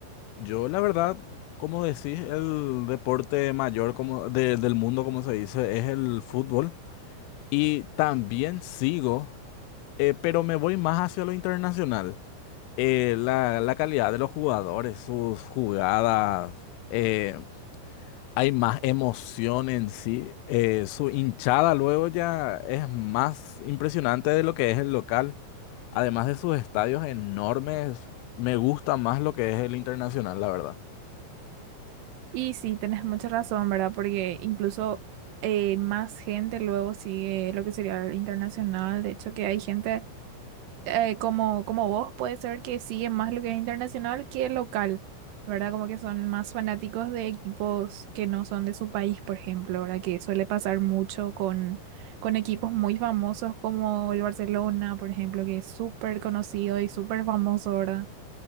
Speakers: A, on the left (about 85°); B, on the right (about 80°).
A: Yo, la verdad, como decís, el deporte mayor como de- del mundo, como se dice, es el fútbol. Y también sigo, eh, pero me voy más hacia lo internacional. eh, la, la calidad de los jugadores, sus jugadas, eh, hay más emoción en sí. eh, su hinchada luego ya es más impresionante de lo que es el local. Además de sus estadios enormes, me gusta más lo que es el internacional, la verdad.
B: Y sí, tenés mucha razón, ¿verdad? Porque incluso eh, más gente luego sigue lo que sería el internacional. De hecho, que hay gente eh, como, como vos, puede ser que sigue más lo que es internacional que local, ¿verdad? Como que son más fanáticos de equipos que no son de su país, por ejemplo, ¿verdad? Que suele pasar mucho con, con equipos muy famosos como el Barcelona, por ejemplo, que es súper conocido y súper famoso, ¿verdad?